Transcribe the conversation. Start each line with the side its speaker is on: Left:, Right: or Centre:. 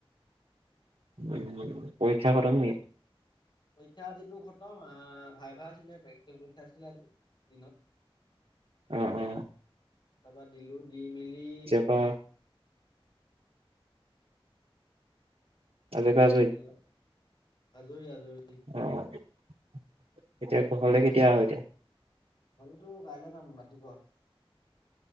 Right: উম পৰীক্ষা খটম নি
Left: পৰীক্ষা যিটো খতম আহ ভাই ভা আছিলে প্ৰেক্টিকেল পৰীক্ষা আছিলে আজি দিনত
Right: উম উম
Left: তাৰপা দিলো দি মেলি
Right: পৰা আ কজাই
Left: আজৰি
Right: <unintelligible>
Left: আৰু। আজৰি আজৰি
Right: অ এতিয়া ঘৰলে কেতিয়া আহ এতিয়া
Left: ভটোকাইলৈ যাম মাট পোৱাা <unintelligible>